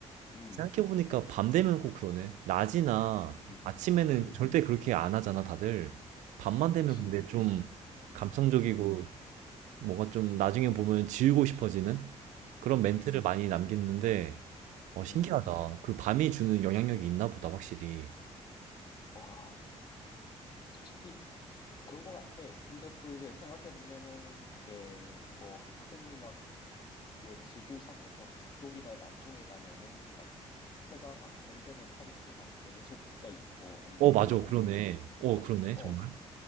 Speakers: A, on the left; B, on the right.
A: 음,
B: 생각해보니까 밤 되면 꼭 그러네. 낮이나
A: <laughs>
B: 아침에는
A: 음,
B: 절대 그렇게 안 하잖아, 다들. 밤만
A: 그치.
B: 되면 근데 좀
A: 음,
B: 감성적이고
A: 음,
B: 뭔가 좀 나중에 보면 지우고 싶어지는 그런 멘트를
A: 음,
B: 많이 남겼는데, 어, 신기하다.
A: 음.
B: 그 밤이 주는 영향력이 있나 보다, 확실히.
A: 와, 솔직히 그런 것 같아. 근데 또 이제 생각해 보면은 이제 뭐 흔히 막 그 지구상에서 북쪽이나 남쪽에 가면은 막 해가 막 언제는 하루 동안 계속 떠 있고 아니면
B: 어, 맞아.
A: 밤에는
B: 그러네.
A: 막
B: 어,
A: 막
B: 그러네.
A: 어,
B: 정말.